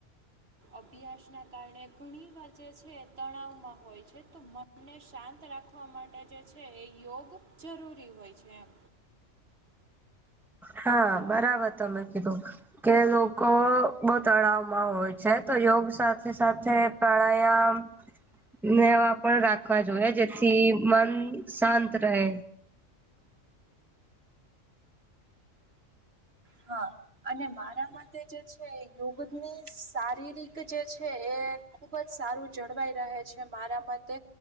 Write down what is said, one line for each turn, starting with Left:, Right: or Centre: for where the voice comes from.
Right: અભ્યાસ ના કારણે ઘણી વાર જે છે તણાવ માં હોય છે. તો મન ને શાંત રાખવા માટે જે છે એ યોગ જરૂરી હોય છે એમ
Centre: હા બરાબર તમે કીધુ કે લોકો બહુ તણાવ હોય છે તો યોગ સાથે સાથે પ્રાણાયામ નેવા પણ રાખવા જોઈએ જેથી મન શાંત રહે.
Right: હા અને મારા મતે જે છે યોગ ત ની સારી રીતે જે છે એ ખુબ જ સારું જળવાઈ રહે છે મારા મતે.